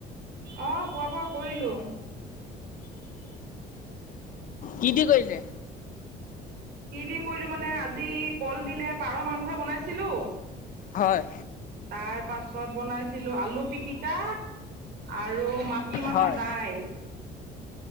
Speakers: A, on the right; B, on the left.
A: অঁ খোৱা বোৱা কৰিলোঁ
B: কি দি কৰিলে?
A: কি দি কৰিলে মানে, আজি কল দিলে পাৰ মাংসই বনাইছিলো।
B: হয়।
A: তাৰ পাছত বনাইছিলো, আলু পিটিকা আৰু মাটি মাহৰ
B: হয়
A: দাইল।